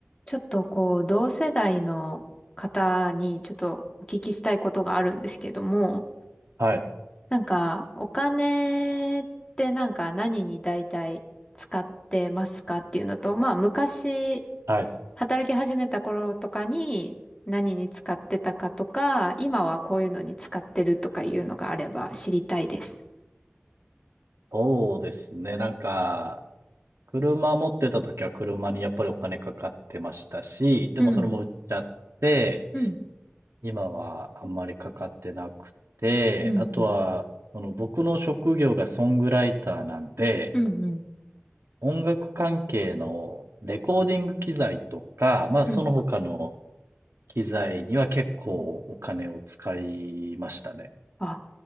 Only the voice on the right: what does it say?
はい、
はい。
そうですね。なんか、車持ってた時は車にやっぱりお金かかってましたし、でもそれも売っちゃって、
今はあんまりかかってなくて、
あとは、
その僕の職業がソングライターなんで、
音楽関係のレコーディング機材とか、まあその他の
機材には結構お金を使いましたね。